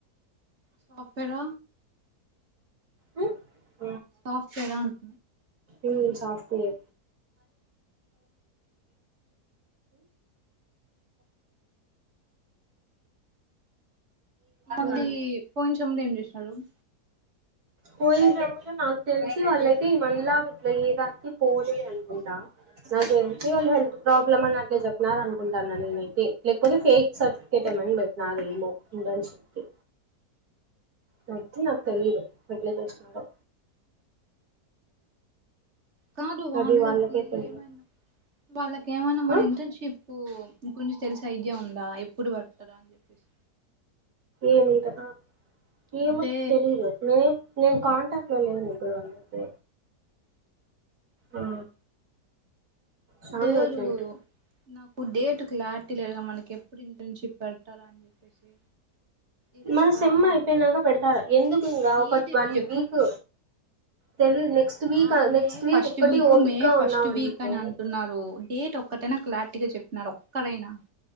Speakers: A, on the right; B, on the right.
A: సాఫ్ట్వేర్
B: ఉమ్
A: సాఫ్ట్ వేర్ ఆ అంట
B: ఉమ్ సాఫ్ట్ వేర్
A: మళ్ళీ
B: మ్మ్
A: పోయించము తిండ్రి హల్లోమ్
B: పోయింద్రేమోరె నాకు తెలిసి వాళ్ళయితే, ఇమన్నాల్లా ఇట్లా ఏ దానికి పోలేదు అనుకుంటా, నాకు తెలిసి వాళ్ళు హెల్త్ ప్రాబ్లమ్ అని, అట్లా చెప్పినారు. అనుకుంటాన్న నేనైతే లేకపోతే ఫేక్ సర్టిఫికేట్ ఏమని పెట్టినార, ఏమో ఇంటర్న్షిప్ కి నొచ్చి నాకు తెలిదు ఎట్ల చేసినాడో
A: కాదు వాన్లకి
B: అది వాళ్ళకే తెలియదు
A: ఏమని వాళ్ళకి ఏమన్నా మన
B: ఆ
A: ఇంటర్న్షిప్పు ఇం కొంచెం తెల్స ఐడియా ఉందా ఎప్పుడు పడతార్ అని చెప్పేసి
B: ఏమింకా ఆ ఏమె
A: అంటే
B: తెలిదు నే నేను కాంటాక్ట్ లో లేను ఇప్పుడు వాళ్ళకి
A: అహా
B: ఆ చానా
A: లేరు
B: రోజులైంది
A: నాకు డేట్ క్లారిటీ లేదుగా, మనకి ఎప్పుడు ఇంటర్న్షిప్ పెడతారా అని చెప్పేసి ఇలాగా
B: మన సమ్మ
A: మా
B: అయిపోయినాక పెడతారా ఎందుకు ఇంకా ఒక
A: ఏ డేట్
B: వన్
A: చెప్పు
B: వీక్ తెలీదు నెక్స్ట్ వీక్
A: ఆ మే
B: నెక్స్ట్ వీక్
A: ఫస్ట్
B: ఒక్కటి ఓపిక్
A: మే
B: గా
A: ఫస్ట్
B: ఉన్నాం అనుకో
A: వీక్ అని అంటున్నారు డేట్ ఒక్కటైనా క్లాటీగా చెప్నారు ఎక్కడైనా